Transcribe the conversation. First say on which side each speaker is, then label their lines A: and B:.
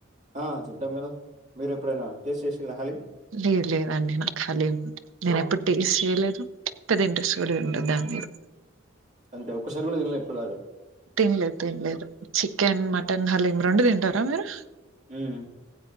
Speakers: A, on the right; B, on the right.
A: ఆ తింటాం కదా మీరు ఎప్పుడైనా టేస్ట్ చేసిండ్రా హాలీం.
B: లేదు లేదండి నాకు హాలీమ్ నేను ఎప్పుడు టేస్ట్ చేయలేదు. పెద్ద ఇంట్రెస్ట్ కూడా ఉండదు దానిమీద.
A: అంటే ఒక్కసారి కూడా తిన్లే ఇప్పటిదాకా.
B: తినలేదు తినలేదు చికెన్ మటన్ హలీం రెండు తింటారా మీరు.
A: ఉమ్.